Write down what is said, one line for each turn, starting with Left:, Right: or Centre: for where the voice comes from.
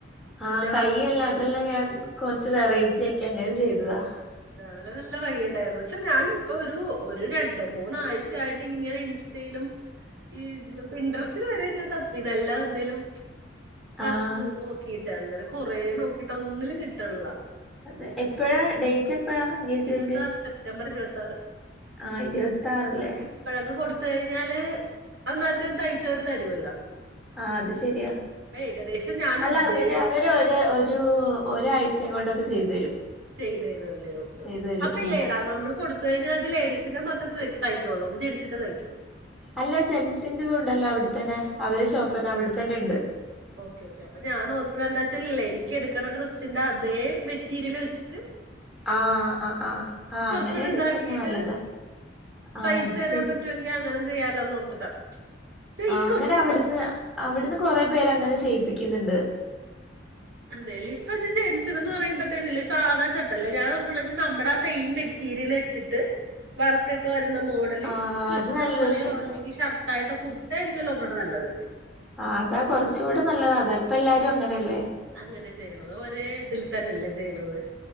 Right: അതിന്റെ
Centre: ആഹ് കൈയ്യെല്ലാ
Right: വർക്ക്
Centre: അതെല്ലാം ഞാൻ കൊറച്ച് വെറൈറ്റി ആക്കി അങ്ങനെ ചെയ്തതാ
Right: നല്ല നല്ല ഭംഗിയുണ്ടാരുന്നു ച്ച ഞാൻ ഇപ്പൊ ഒരു ഒരു രൺ മൂന്നാഴ്ചയായിട്ട് ഇങ്ങനെ ഇൻസ്റ്റയിലും. ഈ ഇൻട്രസ്റ്റില് വരെ ഞ്ഞാ തപ്പി നല്ലത്എന്തേലും. വർക്ക്
Centre: ആഹ്
Right: നോക്കിട്ട് അങ്ങനെ കൊറെ നോക്കിട്ട് ഒന്നിലും കിട്ടണില്ല.
Centre: അതെ എപ്പഴാ ഡേറ്റ് എപ്പഴാ എൻഗേജ്മെന്റ്.
Right: ഇരുപത്താറ് സെപ്റ്റംബർ ഇരുപത്താറ്
Centre: ആഹ് ഇരുപത്താറില്ലേ
Right: അപ്പൊ ന ഇപ്പഴൊക്കെ കൊടു. ത്കഴിഞ്ഞാല് അന്നരത്തെ തയ്ച്ചവരു തരുവല്ലോ.
Centre: ആ അത് ശരിയാ
Right: അപ്പൊ ഏകദേശം ഞാൻ
Centre: അല്ല
Right: ഉദ്ദേശിച്ച്
Centre: അവര് അവര് ഒ ഒരു ഒരാഴ്ച.. ആഴ്ച്ച കൊണ്ട് ഒക്കെ ചെയ്തു തരും.
Right: ചെയ്തു തരുും അല്ലേ ഓക്കെ
Centre: ചെയ്തു
Right: ഓക്കെ
Centre: തരും
Right: അപ്പൊ
Centre: ഉം
Right: ഇല്ലേടാ നമ്മൾ കൊടുത്ത് കഴിഞ്ഞാൽ.. ഇത് ലേഡീസിന്റെ മാത്രേ തയ്ക്കുള്ളൂ അതോ ജെൻസിന്റെ തയ്ക്കോ.
Centre: അല്ല ജെന്സി ന്റെതു ഉണ്ടല്ലോ അവിടെത്തന്നെ. അവരെ ഷോപ്പന്നെ അവിടെത്തന്നെ ഉണ്ട്
Right: ഓക്കെ ഓക്കെ അപ്പൊ ഞാന ഓർക്കണ എന്താ. ല്ലേ എനിക്ക് എടുക്കണ ഡ്രസ്സിന്റെ അതേ മെറ്റീരിയൽ വെച്ചിട്ട്.
Centre: ആഹ ആ ആഹ് ആഹ ആഹ
Right: കുറച്ചുകൂടി
Centre: അങ്ങനെ എടുക്കുന്ന
Right: ഇതാക്കിയിട്ട്
Centre: നല്ലതാ ആഹ
Right: തയ്ച്ചു തരാൻ
Centre: ശരി.
Right: പറ്റുമെങ്കിൽ അങ്ങനെ ചെയ്യാലോന്ന് ഓർത്തിട്ടാ. പക്ഷെ
Centre: ആ
Right: ഈ കുറച്ച്
Centre: അങ്ങനെ അവിടുന്ന് അവിടുന്ന് കൊറെ പേര് അങ്ങനെ ചെയ്യിപ്പിക്കുന്നുണ്ട്.
Right: അതെല്ലേ ഇപ്പ ജൻ സിന്എന്ന് പറയ്പോത്തേനും സാധാ ഷർട്ടല്ല ഞാൻർക്ക വെച്ച നമ്മുടെ ആ സെയിം മ.. മേറ്റേരിയൽ വച്ചിട്ട് വർക് ഒക്കെ വരു.. മോഡല്
Centre: ആഹ്
Right: കുർത്ത
Centre: അത് നല്ല
Right: പോലെയോ
Centre: രസണ്ടാവും
Right: അല്ലെങ്കിൽ ഷർട്ടാആായിട്ടോ കുർത്ത ആയിരിക്കല്ലോ ഒന്നുകടെ നല്ലത്.
Centre: ആ് അതാ കുറച്ചൂടെ നല്ലതാ അതാ ഇപ്പ എല്ലാരും അങ്ങനെയല്ലേ.
Right: അങ്ങനെ ചെയ്യണത് ഒരേ ഇതിൽ തന്നെയല്ലേ ചെയ്യണത്.